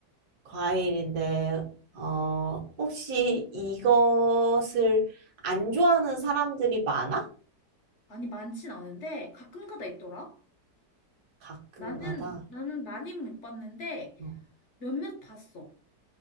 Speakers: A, on the right; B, on the left.
A: 과일인데, 어, 혹시 이것을 안 좋아하는 사람들이 많아?
B: 아니, 많진 않은데 가끔 가다 있더라.
A: 가끔가다.
B: 나는, 나는 많이는 못 봤는데
A: 어.
B: 몇몇 봤어.